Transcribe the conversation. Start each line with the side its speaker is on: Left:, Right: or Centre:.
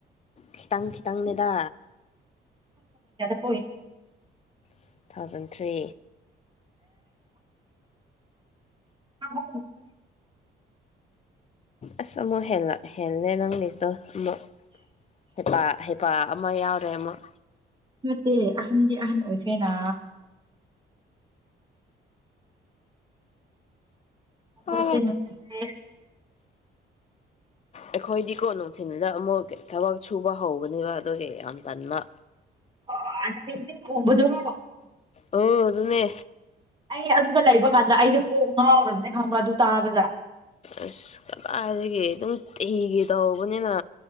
Left: ꯈꯤꯇꯪ ꯈꯤꯇꯪꯅꯦꯗ
Right: ꯍꯅꯣ
Left: ꯇꯨ ꯊꯥꯎꯖꯟ ꯊ꯭ꯔꯤ
Right: ꯑꯃ
Left: ꯑꯁ ꯑꯃꯨꯛ ꯍꯂ ꯍꯦꯜꯂꯦ ꯅꯪꯒꯤꯁꯤꯗꯣ ꯑꯃꯨꯛ ꯍꯩꯄꯥ ꯍꯩꯄꯥ ꯑꯃ ꯌꯥꯎꯔꯦ ꯑꯃꯨꯛ
Right: ꯅꯠꯇꯦ ꯑꯍꯟꯗꯤ ꯑꯍꯟ ꯑꯣꯏꯈ꯭ꯔꯦꯅꯥ ꯋꯥꯈꯜꯁꯦ
Left: ꯑ
Right: ꯅꯨꯡꯉꯥꯏꯇ꯭ꯔꯦ
Left: ꯑꯩꯈꯣꯏꯗꯤꯀꯣ ꯅꯨꯡꯊꯤꯜꯗ ꯑꯃꯨꯛ ꯊꯕꯛ ꯁꯨꯕ ꯍꯧꯒꯅꯦꯕ ꯑꯗꯨꯒꯤ ꯌꯥꯝ ꯇꯟꯕ
Right: <unintelligible>
Left: ꯑꯣ ꯑꯗꯨꯅꯦ
Right: ꯑꯩ ꯑꯗꯨꯗ ꯂꯩꯕ ꯀꯥꯟꯗ ꯑꯩꯁꯦ ꯀꯣꯛ ꯉꯥꯎꯔꯕꯅꯦ ꯈꯪꯕ꯭ꯔꯥ ꯑꯗꯨ ꯇꯥꯕꯗ
Left: ꯑꯁ ꯀꯗꯥꯏꯁꯤꯒꯦ ꯑꯗꯨꯝ ꯇꯤꯒꯦ ꯇꯧꯕꯅꯤꯅ